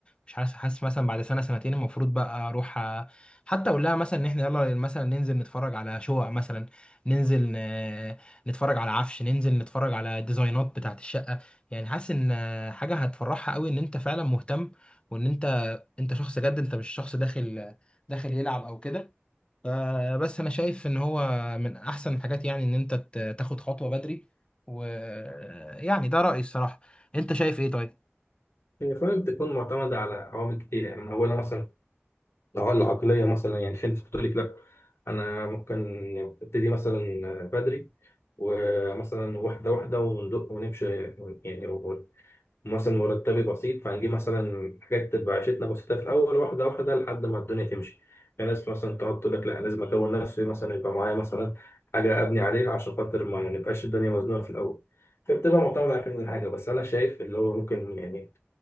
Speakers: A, on the left; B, on the left.
A: مش حاسس حاسس مثلا بعد سنه سنتين المفروض بقى اروح أ- حتى اقول لها مثلا ان احنا يلا مثلا ننزل نتفرج على شقق مثلا ننزل ن- نتفرج على عفش ننزل نتفرج على ديزاينات بتاعت الشقه يعني حاسس ان حاجه هتفرحها قوي ان انت فعلا مهتم وان انت انت شخص جد انت مش شخص داخل داخل يلعب او كده فبس انا شايف ان هو من احسن الحاجات يعني ان انت ت- تاخد خطوه بدري ويعني ده رايي الصراحه انت شايف ايه طيب
B: هي فعلا بتكون معتمدة على عوامل كتير يعني من أولها مثلا لو العقلية مثلا يعني في ناس بتقول لك لأ أنا ممكن أبتدي مثلا بدري ومثلا واحدة واحدة وندق ونمشي يعني مثلا مرتبي بسيط فهنجيب مثلا حاجات تبقى عيشتنا بسيطة في الأول واحدة واحدة لحد ما الدنيا تمشي في ناس مثلا تقعد تقول لك لأ لازم أكون نفسي مثلا يبقى معايا مثلا حاجة أبني عليها عشان خاطر ما نبقاش الدنيا مزنوقة في الأول فبتبقى معتمدة على كذا حاجة بس أنا شايف اللي هو ممكن يعني